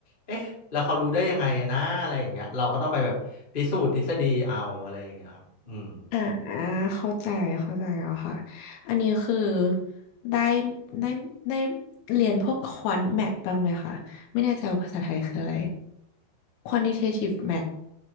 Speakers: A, on the left; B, on the left.
A: เอ๊ะแล้วเขารู้ได้ยังไงนะอะไรอย่างเงี้ยเราก็ต้องไปแบบพิสูจน์ทฤษฎีเอาอะไรอย่างเงี้ยครับอืม
B: อ่าเข้าใจเข้าใจแล้วค่ะอันนี้คือได้ได้ได้เรียนพวกควอนแมทบ้างไหมคะไม่แน่ใจว่าภาษาไทยคืออะไร quantitative math